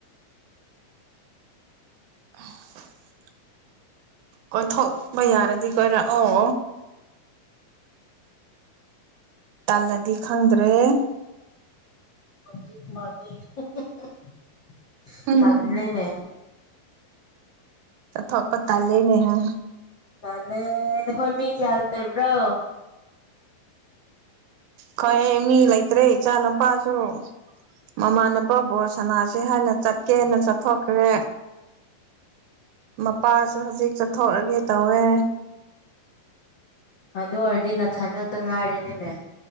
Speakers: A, on the right; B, on the left.
A: <inaudible> ꯀꯣꯏꯊꯣꯛꯄ ꯌꯥꯔꯗꯤ ꯀꯣꯏꯔꯛꯑꯣ ꯇꯜꯂꯗꯤ ꯈꯪꯗ꯭ꯔꯦ
B: <unintelligible>
A: ꯎꯝ
B: ꯇꯜꯂꯦꯅꯦ
A: ꯆꯠꯊꯣꯛꯄ ꯇꯜꯂꯦꯅꯦꯍꯥ
B: ꯇꯜꯂꯦ ꯅꯈꯣꯏ ꯃꯤ ꯀꯌꯥ ꯂꯩꯕ꯭ꯔꯣ
A: ꯈꯣꯏ ꯃꯤ ꯂꯩꯇ꯭ꯔꯦ ꯏꯆꯥ ꯅꯨꯨꯄꯥꯁꯨ ꯃꯃꯥꯟꯅꯕ ꯕꯣꯜ ꯁꯅꯥꯁꯦ ꯍꯥꯏꯅ ꯆꯠꯀꯦꯅ ꯆꯠꯊꯣꯛꯈ꯭ꯔꯦ ꯃꯄꯥꯁꯨ ꯍꯧꯖꯤꯛ ꯆꯠꯊꯣꯛꯔꯒꯦ ꯇꯧꯋꯦ
B: ꯑꯗꯨ ꯑꯣꯏꯔꯗꯤ ꯅꯊꯟ ꯉꯛꯇ ꯉꯥꯏꯔꯅꯤꯅꯦ